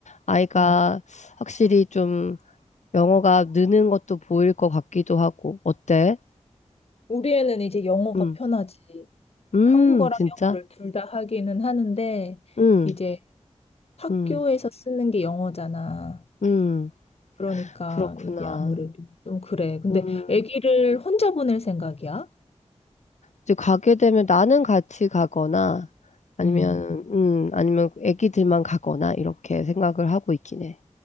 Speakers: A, on the left; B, on the left.
A: 아이가
B: 어.
A: 확실히 좀 영어가 느는 것도 보일 것 같기도 하고 어때?
B: 우리 애는 이제 영어가
A: 음,
B: 편하지.
A: 음,
B: 한국어랑
A: 진짜?
B: 영어를 둘 다 하기는 하는데,
A: 음,
B: 이제 학교에서
A: 음,
B: 쓰는 게 영어잖아.
A: 음,
B: 그러니까
A: 그렇구나.
B: 이게 아무래도 좀 그래. 근데
A: 음,
B: 아기를 혼자 보낼 생각이야?
A: 이제 가게 되면 나는 같이 가거나 아니면
B: 음.
A: 음, 아니면 애기들만 가거나 이렇게 생각을 하고 있긴 해.